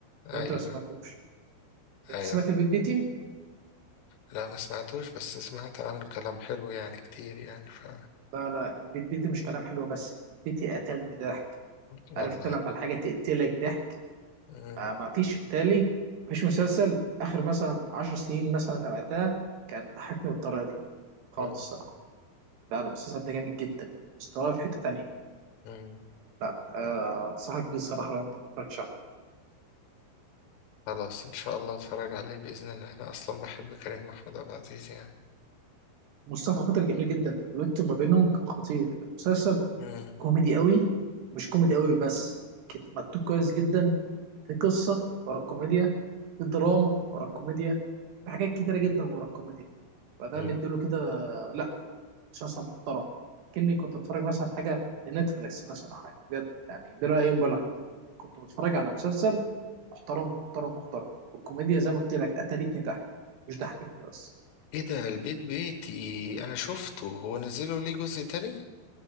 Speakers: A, on the left; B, on the right.
A: ايوه
B: لو انت ما سمعتوش انت
A: ايوه
B: سمعت البيت بيتي
A: لا ما سمعتوش بس سمعت عنه كلام حلو يعني كتير يعني ف
B: لا لا البيت بيتي مش كلام حلو بس البيت بيتي قتلني ضحك
A: والله
B: عارف انت لما الحاجة تقتلك ضحك
A: مم.
B: ما ما فيش بتالي ما فيش مسلسل آخر مثلا عشر سنين مثلا تابعتها كان ضحكني بالطريقة دي خالص
A: مم.
B: الصراحة لا لا المسلسل ده جامد جدا مستواه في حتة تانية
A: مم.
B: لا آه، أنصحك بيه الصراحة لو أنت ما اتفرجتش عليه
A: خلاص ان شاء الله اتفرج عليه باذن الله انا اصلا بحب كريم محمود عبد العزيز يعني
B: مصطفى خاطر جميل جدا الدويتو ما بينهم كان خطير المسلسل
A: مم.
B: كوميدي قوي مش كوميدي قوي بس كت- مكتوب كويس جدا في قصة ورا الكوميديا في دراما ورا الكوميديا في حاجات كتيرة جدا ورا الكوميديا فده
A: مم.
B: مديله كده لا مسلسل محترم كأني كنت بتفرج مثلا حاجة لنتفليكس مثلا أو حاجة بجد يعني بلا أي مبالغة كنت بتفرج على مسلسل محترم محترم محترم والكوميديا زي ما قلت لك قتلتني ضحك مش ضحكتني بس
A: ايه ده البيت بيتي انا شفته هو نزلوا ليه جزء تاني